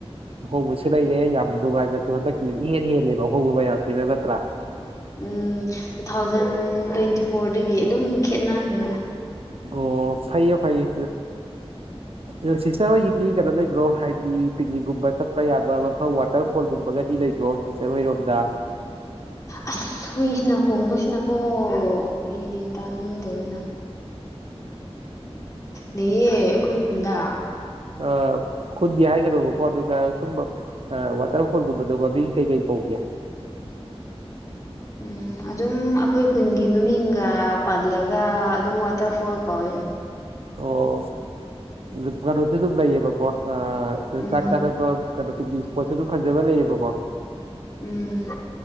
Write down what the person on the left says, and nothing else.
ꯎꯝ ꯇꯨ ꯊꯥꯎꯖꯟ ꯇ꯭ꯋꯦꯟꯇꯤ ꯐꯣꯔꯗꯒꯤ ꯑꯗꯨꯝ ꯈꯦꯠꯅꯈ꯭ꯔꯦꯗ
<unintelligible>
ꯑꯁ ꯍꯨꯏꯁꯤꯅ ꯈꯣꯡꯕꯁꯤꯅꯀꯣ ꯑꯩꯗꯤ ꯇꯥꯅꯤꯡꯗꯕꯅ ꯂꯩꯌꯦ ꯑꯩꯈꯣꯏ ꯈꯨꯟꯗꯥ
ꯎꯝ ꯑꯗꯨꯝ ꯑꯩꯈꯣꯏ ꯈꯨꯟꯒꯤ ꯃꯃꯤꯡꯒ ꯄꯜꯂꯒ ꯑꯗꯨꯝ ꯋꯥꯇꯔꯐꯣꯜ ꯀꯧꯋꯦ
ꯎꯝ
ꯎꯝ꯫